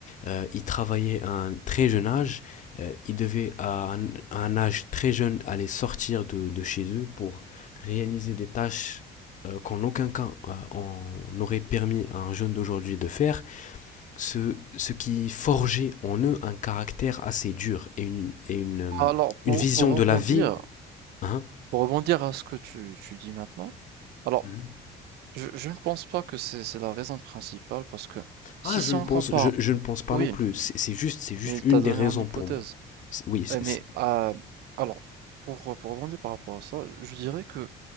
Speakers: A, on the left; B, on the right.
A: euh, ils travaillaient à un très jeune âge, euh, ils devaient à un, à un âge très jeune aller sortir de, de chez eux pour réaliser des tâches euh, qu'en aucun cas euh, on aurait permis à un jeune d'aujourd'hui de faire ce, ce qui forgeait en eux un caractère assez dur et une, et une, euh,
B: Alors, pour,
A: une vision
B: pour
A: de
B: rebondir,
A: la vie. Hein
B: pour rebondir à ce que tu, tu dis maintenant, alors
A: Mhm.
B: Je je ne pense pas que c'est c'est la raison principale parce que si,
A: Ah,
B: si
A: je ne
B: on
A: pense,
B: compare,
A: je, je ne pense pas
B: oui,
A: non plus. C'est c'est juste, c'est juste
B: mais t'as
A: une des
B: donné
A: raisons
B: en hypothèse.
A: pour moi. C'est- Oui, c'est...
B: Eh, Mais
A: c'est-
B: euh, alors, pour, pour rebondir par rapport à ça, je dirais que